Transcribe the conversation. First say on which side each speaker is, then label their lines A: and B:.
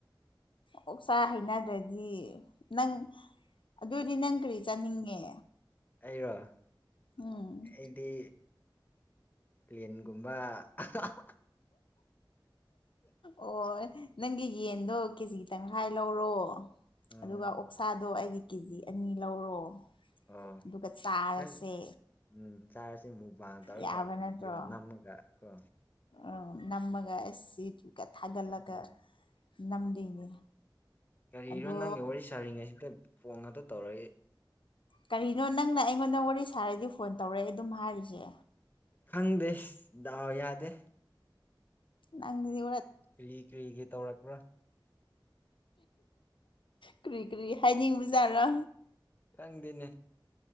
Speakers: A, on the left (about 80°); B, on the left (about 20°).
A: ꯑꯣꯛꯁꯥ ꯍꯩꯅꯗ꯭ꯔꯗꯤ ꯅꯪ ꯑꯗꯨꯏꯗꯤ ꯅꯪ ꯀꯔꯤ ꯆꯥꯅꯤꯡꯉꯦ
B: ꯑꯩꯔꯣ
A: ꯎꯝ
B: ꯑꯩꯗꯤ ꯂꯤꯟꯒꯨꯝꯕ ꯑꯍꯥ ꯍꯥ
A: ꯑꯣ ꯅꯪꯒꯤ ꯌꯦꯟꯗꯣ ꯀꯦꯖꯤ ꯇꯪꯈꯥꯏ ꯂꯧꯔꯣ
B: ꯑꯥ
A: ꯑꯗꯨꯒ ꯑꯣꯛꯁꯥꯗꯣ ꯑꯩꯒꯤ ꯀꯦꯖꯤ ꯑꯅꯤ ꯂꯧꯔꯣ
B: ꯑꯣ
A: ꯑꯗꯨꯒ ꯆꯥꯔꯁꯦ
B: ꯅꯪ ꯎꯝ ꯆꯥꯔꯁꯦ ꯃꯨꯛꯕꯥꯡ ꯇꯧꯔꯒ
A: ꯌꯥꯕ
B: ꯚꯤꯗꯤꯑꯣ
A: ꯅꯠꯇ꯭ꯔꯣ
B: ꯅꯝꯃꯒ ꯀꯣ
A: ꯎꯝ ꯅꯝꯃꯒ ꯑꯁ ꯌꯨꯇꯤꯎꯞ ꯀ ꯊꯥꯒꯠꯂꯒ
B: ꯎꯝ
A: ꯅꯝꯗꯣꯏꯅꯦ
B: ꯀꯔꯤꯔꯣ
A: ꯑꯗꯣ
B: ꯅꯪꯒ ꯋꯥꯔꯤ ꯁꯥꯔꯤꯉꯩꯁꯤꯗ ꯐꯣꯡ ꯉꯥꯛꯈ ꯇꯧꯔꯛꯏ
A: ꯀꯔꯤꯅꯣ ꯅꯪꯅ ꯑꯩꯉꯣꯟꯗ ꯋꯥꯔꯤ ꯁꯥꯔꯗꯤ ꯐꯣꯟ ꯇꯧꯔꯛꯑꯦ ꯑꯗꯨꯝ ꯍꯥꯏꯔꯤꯁꯦ
B: ꯈꯪꯗꯦ ꯗꯥꯎ ꯌꯥꯗꯦ
A: ꯅꯪꯖꯤꯗꯤ
B: ꯀꯔꯤ ꯀꯔꯤꯒꯤ ꯇꯧꯔꯛꯄ꯭ꯔꯥ
A: ꯀꯔꯤ ꯀꯔꯤ ꯍꯥꯏꯅꯤꯡꯕꯖꯥꯠꯔꯣ
B: ꯈꯪꯗꯦꯅꯦ